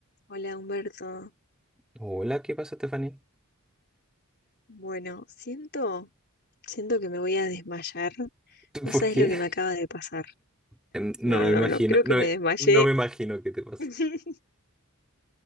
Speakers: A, on the left; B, in the centre.
A: Hola Humberto.
B: Hola, ¿qué pasa, Stephanie?
A: Bueno, siento, siento que me voy a desmayar.
B: <laughs>
A: No
B: ¿Por
A: sabes
B: qué?
A: lo que me acaba de pasar.
B: Em, No,
A: No,
B: no
A: no,
B: me imagino,
A: no, creo que
B: no,
A: me
B: me-
A: desmayé.
B: no me imagino qué te pasa.
A: <laughs>